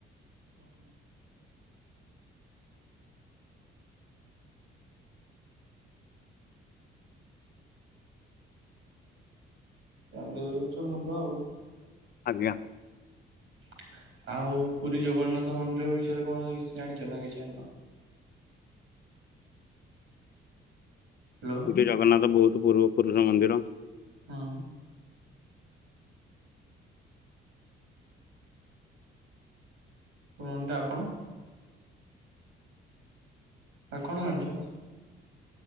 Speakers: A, on the right; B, on the left.
A: ଓ ହୋ। ବ୍ୟାଣ୍ଡେଜ କରିଛ ଭଲ ଆଉ।
B: ଆଜ୍ଞା।
A: <inaudible> ଆଉ ପୁରୀ ଜଗନ୍ନାଥ ମନ୍ଦିର ବିଷୟରେ କଣ କିଛି ଜାଣିଛ ନା କିଛି ଜାଣିନ। ହ୍ୟାଲୋ
B: ଜଗନ୍ନାଥ ବହୁତ ପୂର୍ବ ପୁରୁଷ ମନ୍ଦିର।
A: ହଁ। <unintelligible> କଣ ଆଉ କଣ ଜାଣିଚ?